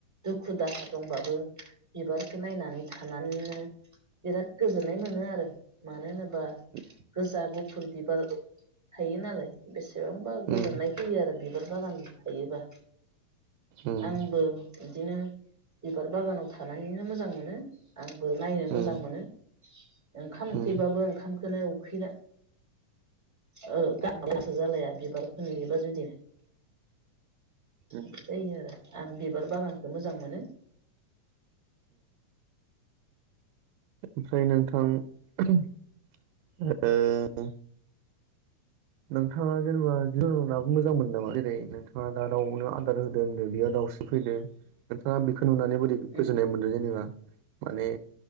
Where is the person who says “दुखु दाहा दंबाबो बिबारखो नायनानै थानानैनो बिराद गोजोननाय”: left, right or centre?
Centre